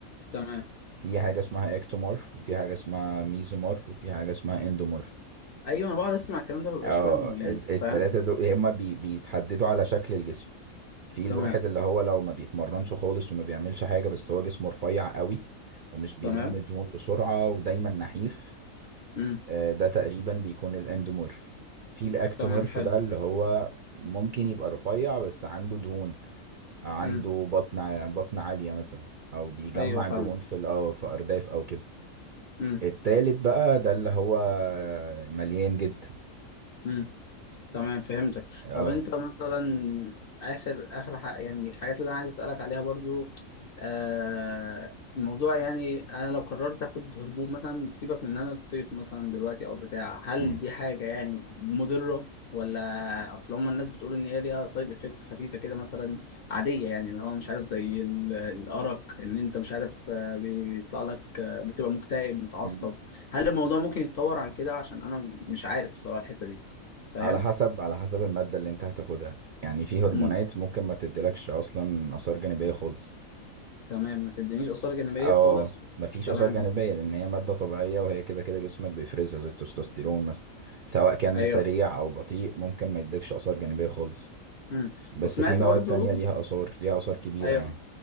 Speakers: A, on the left; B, on the right.
A: تمام
B: في حاجة اسمها اكتومورف وفي حاجة اسمها ميزومورف وفي حاجة اسمها اندومورف
A: ايوه انا بقعد اسمع الكلام ده مببقاش
B: اه
A: فاهمه يعني
B: ال- التلاتة
A: فاهم
B: دول هما بي بيتحددوا على شكل الجسم في الواحد
A: تمام
B: اللي هو لو ما بيتمرنش خالص وما بيعملش حاجة بس هو جسمه رفيع قوي ومش بيلم
A: تمام
B: دهون بسرعة ودايما نحيف
A: امم
B: آه، ده تقريبا بيكون الاندومورف في الاكتومورف
A: تمام حلو
B: ده اللي هو ممكن يبقى رفيع بس عنده دهون عنده
A: امم
B: بطن ع- بطن عالية مثلا او بيجمع
A: ايوه فاهمك
B: دهون في ال- آه، في ارداف او كده
A: امم
B: التالت بقى ده اللي هو مليان جدا
A: امم. تمام فهمتك
B: اه
A: طب انت مثلا اخر اخر حق يعني الحاجات اللي انا عايز اسالك عليها برضو آه الموضوع يعني انا لو قررت اخد هبوب مثلا بتسيبك من ان انا الصيف مثلا دلوقتي او بتاع هل
B: مم.
A: دي حاجه يعني مضره ولا اصل هما الناس بتقول ان هي ليها سايد افكتس خفيفه كده مثلا عاديه يعني اللي هو مش عارف زي ال- الارق ان انت مش عارف آه، بيطلع لك آه، بتبقى مكتئب متعصب
B: مم.
A: هل الموضوع ممكن يتطور عن كده عشان انا مش عارف الصراحه الحته دي فاهم
B: على حسب على حسب المادة اللي انت هتاخدها يعني في هرمونات
A: امم
B: ممكن ما تديلكش اصلا اثار جانبية خالص
A: تمام ما تدينيش آثار جانبية
B: اه
A: خالص
B: مفيش
A: تمام
B: اثار جانبية لان هي مادة طبيعية وهي كده كده جسمك بيفرزها زي التستوستيرون مثلا سواء كان
A: أيوه
B: سريع
A: فاهم.
B: او بطيء ممكن ما يديكش اثار جانبية خالص
A: امم
B: بس
A: وسمعت
B: في مواد
A: برضو
B: تانية ليها اثار ليها اثار كبيرة
A: أيوه
B: يعني